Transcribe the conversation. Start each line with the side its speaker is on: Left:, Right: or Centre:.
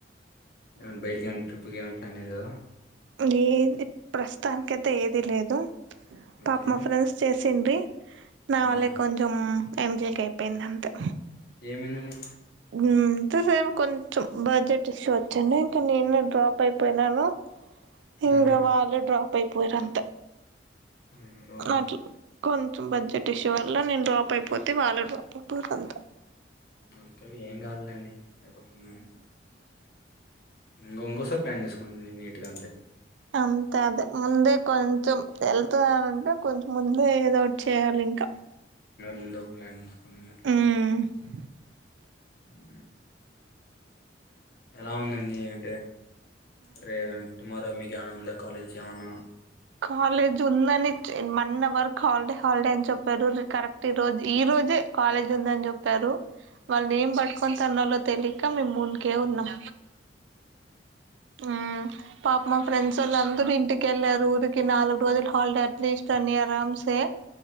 Left: ఏమనా బయటకి ఏమనా ట్రిప్కి ఏమైనా ప్లాన్ అయ్యలేదో
Right: ఈ ప్రస్తుతానికైతే ఏదిీ లేదు
Left: ఓకే
Right: పాప మా ఫ్రెండ్స్ చేసిండ్రి నా
Left: ఆహా
Right: వాళ్ళ కొంచెం ఎంజక్ అయిపోయింది అంతా
Left: ఏమైందండి
Right: అంతే సార్ కొంచెం బడ్జెట్ ఇష్యూ వచ్చిడి ఇంకా నేను డ్రాప్ అయిపోయినాను ఇంగ
Left: ఆహా
Right: వాళ్ళ డ్రాప్ అయిపోయరంత
Left: అయ్యో
Right: అట్ కొంచెం బడ్జెట్ ఇష్యూ వల్ల నేను డ్రాప్ అయిపోతే వాళ్ళు డ్రాప్ అయిపోారు అంత
Left: ఓకే ఏం కావలేండి అయిపోతున్నాని ఇం ఇంకోసారి ప్లాన్ చేసుకోంండి నీట్ గా అంతే
Right: అంతే అదే ముందే కొంచెం వెళ్తున్ననంటే కొంచం ముందే ఏదో ఒకటి చేయాలి ఇంకా
Left: ముందు ఒక ప్లాన్ చేసుకొని అట్లా
Right: మ్మ్
Left: ఉమ్. ఎలా ఉందండి అంటే రే టుమారో మీకు జనం ఉందా కాలేజ్ జవన్నా
Right: కాలేజ్ ఉందని వన్ అవర్క్ హాలిడే హాలిడే అని చెప్పారు కరెక్ట్ ఈ రోజు ఈ రోజు జే కాలేజ్ ఉందని చెప్పారు వాళ్ళు ఏం పట్టుకొని తన్నాలో తెలియక మేము మున్కే ఉన్నాం ఆ పాప మా ఫ్రెండ్స్ ఎల్ అందరు ఇంటికి వెళ్ారు ఊరికి నాలుగు రోజులు హాలల్డే అట్లీస్ట్ అని అరసే